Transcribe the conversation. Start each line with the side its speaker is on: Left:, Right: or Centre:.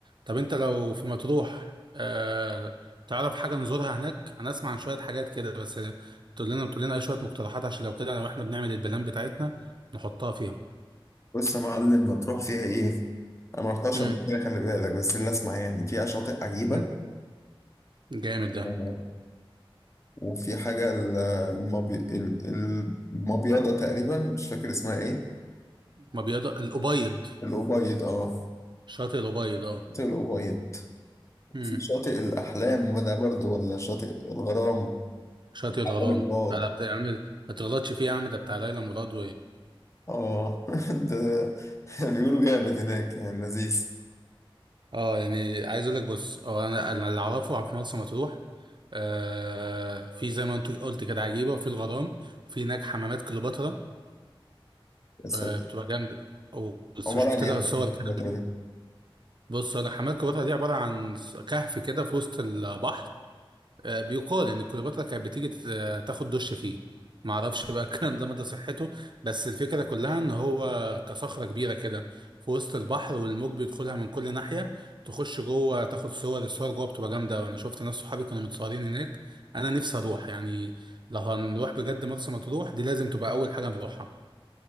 Right: طب انت لو في مطروح آه، تعرف حاجه نزورها هناك انا اسمع عن شويه حاجات كده بس تقول لنا تقول لنا اي شويه مقترحات عشان لو كده لو احنا بنعمل البلان بتاعتنا نحطها فيها
Left: بص يا معلم ما تروح فيها ايه انا ما رحتش
Right: امم
Left: قبل كده خلي بالك بس اللي اسمع يعني فيها شاطئ عجيبة
Right: امم جامد ده
Left: آه. وفي حاجة ال- المبي... ال- المبيضة تقريبا مش فاكر اسمها ايه
Right: ما بيض الابيض
Left: الأبيض اه
Right: شاطئ الابيض اه
Left: شاطئ الأبيض
Right: امم
Left: في شاطئ الأحلام ده برضو ولا شاطئ الغرام
Right: شاطئ الغرام
Left: عبد الغرام
Right: لا لا بتاع- يا عم ما تغلطش فيه يا عم ده بتاع ليلى مراد
Left: اه <laughs> ده بيقولوا جامد هناك يعني لذيذ
Right: اه يعني عايز اقول لك بص هو انا أنا اللي اعرفه في مرسى مطروح آه في زي ما انت قلت كده عجيبه وفي الغرام وفي هناك حمامات كليوباترا
Left: بس
Right: آه بتبقى جامده وشفت
Left: عبارة عن ايه
Right: لها صور كده
Left: الفترة دي؟
Right: بص أقول لك حمامات كليوباترا دي عباره عن كهف كده في وسط البحر آه، بيقال ان كليوباترا كانت بتيجي ت- تاخد دش فيه ما اعرفش بقى <laughs> الكلام ده مدى صحته بس الفكره كلها ان هو كصخره كبيره كده في وسط البحر والموج بيدخلها من كل ناحيه تخش جوه تاخد صور الصور جوه بتبقى جامده وانا شفت ناس صحابي كانوا متصورين هناك انا نفسي اروح يعني لو هنروح بجد مرسى مطروح دي لازم تبقى اول حاجه نروحها